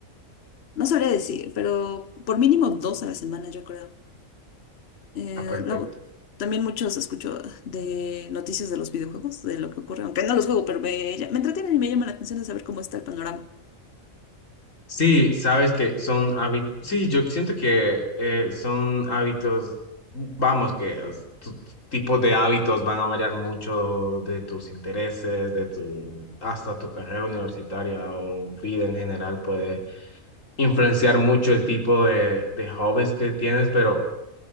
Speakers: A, on the left (about 55°); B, on the left (about 70°).
A: no sabría decir, pero por mínimo dos a la semana yo creo. Eh,
B: Ah, perfecto.
A: luego, también muchos escucho de noticias de los videojuegos, de lo que ocurre, aunque no los juego, pero me, ll- me entretienen y me llama la atención de saber cómo está el panorama.
B: Sí, sabes que son hábitos, sí, yo siento que eh, son hábitos, vamos, que os- tu tipo de hábitos van a variar mucho de tus intereses, de tu, hasta tu carrera universitaria o vida en general puede influenciar mucho el tipo de, de hobbies que tienes, pero...